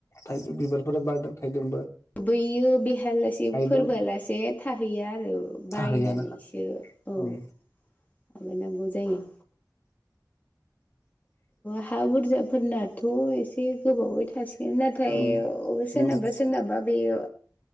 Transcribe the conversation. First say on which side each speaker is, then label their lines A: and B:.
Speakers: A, on the left; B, on the left.
A: थाइजौ बिबारफोरा बारदों थाइदोंबो
B: बैयो बेहालासे
A: थायदों
B: फोरबोआलासे थाहैया आरो
A: थाहैयानोखा
B: बायनानैसो औ माव
A: उम
B: नांगौ जायो हा बुरजाफोरनाथ' एसे गोबावै थासिगोन नाथाय
A: उम
B: सोरनाबा
A: उम
B: सोरनाबा बेयो